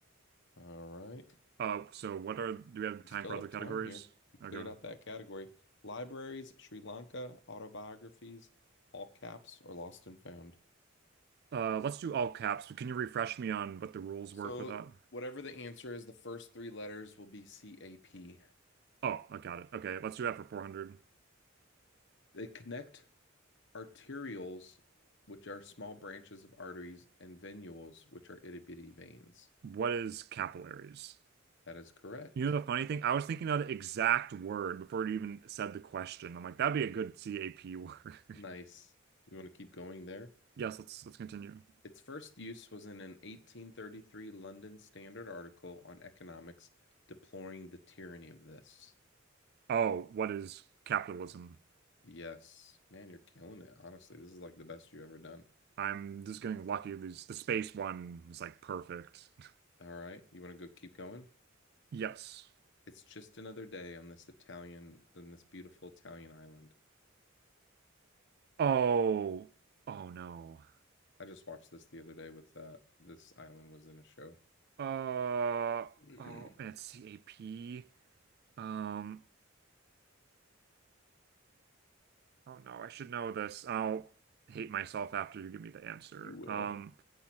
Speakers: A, on the left (about 60°); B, on the right (about 50°).
A: All right.
B: Uh, so what are do we have
A: We
B: time
A: still
B: for
A: have
B: other categories?
A: time here. You cleared
B: Okay.
A: out that category. Libraries, Sri Lanka, autobiographies, all caps, or lost and found.
B: Uh, let's do all caps, but can you refresh me on what the rules
A: So
B: were for that?
A: whatever the answer is, the first three letters will be CAP.
B: Oh, I got it. Okay, let's do that for 400.
A: They connect arterioles, which are small branches of arteries, and venules, which are itty bitty veins.
B: What is capillaries?
A: That is correct.
B: You know the funny thing? I was thinking of the exact word before it even said the question. I'm like, that'd be a good CAP word. <laughs>
A: Nice. You want to keep going there?
B: Yes, let's let's continue.
A: Its first use was in an 1833 London Standard article on economics deploring the tyranny of this.
B: Oh, what is capitalism?
A: Yes. Man, you're killing it. Honestly, this is like the best you've ever done.
B: I'm just getting lucky. These the space one was like perfect. <laughs>
A: All right. You want to go keep going?
B: Yes.
A: It's just another day on this Italian, on this beautiful Italian island.
B: Oh, oh no.
A: I just watched this the other day with uh this island was in a show.
B: Uh
A: <clears throat> you
B: oh, and it's CAP. Um, oh no, I should know this. I'll hate myself after you give me the answer.
A: will.
B: Um,